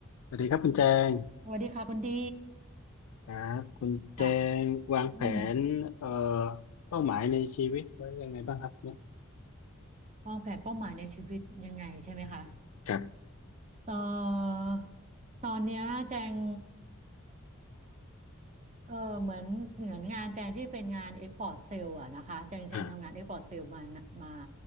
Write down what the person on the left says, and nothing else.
สวัสดีครับคุณแจง
ครับคุณแจงวางแผนเอ่อ
เป้าหมายในชีวิตไว้ยังไงบ้างครับเนี่ย
อืมครับ
อ่า